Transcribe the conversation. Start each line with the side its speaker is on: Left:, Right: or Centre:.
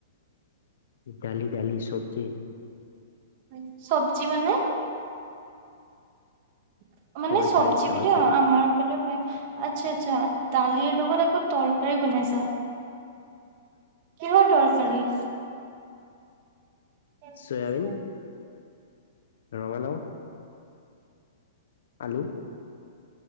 Left: <unintelligible> ডালি দালি চব্জি <unintelligible>
Right: <unintelligible> চবজি মানে? <inaudible> <unintelligible> মানে
Left: তৰকাৰী
Right: চব্জি
Left: তৰকাৰী
Right: বুলিও অ আমাৰ ফালেও কয় <inaudible> <unintelligible> আচ্ছা-আচ্ছা দালিৰ লগত আকৌ তৰকাৰী বনাইছা? <inaudible> <unintelligible> কিহৰ দৰকাৰী? <inaudible> তে <inaudible> <unintelligible>
Left: চয়াবিন <unintelligible> ৰঙালাও <inaudible> <unintelligible> আলু <inaudible>